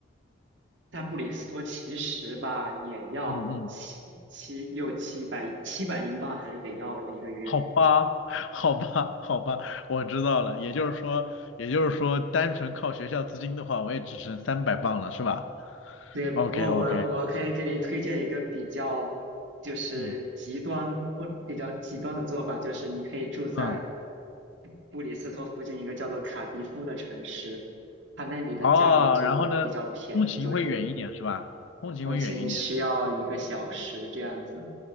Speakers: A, on the right; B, on the left.
A: 在布里斯托其实吧，也要七七六七百七百英镑，
B: 嗯嗯，
A: 还是得要了一个月。
B: 好吧，<laughs> 好吧，好吧，我知道了。也就是说，也就是说，单纯靠学校资金的话，我也只剩三百磅了，是吧
A: 对，不过我我可以给你推荐一个比较就是极端或比较极端的做法，
B: ？OK OK，嗯
A: 就是你可以住在
B: 嗯。
A: 布里斯托附近一个叫做卡迪夫的城市，它那里的价格就比较便宜，
B: 哦，然后呢，通勤会远一点是吧？
A: 对，
B: 通勤会远一点
A: 通勤需要一个小时这样子。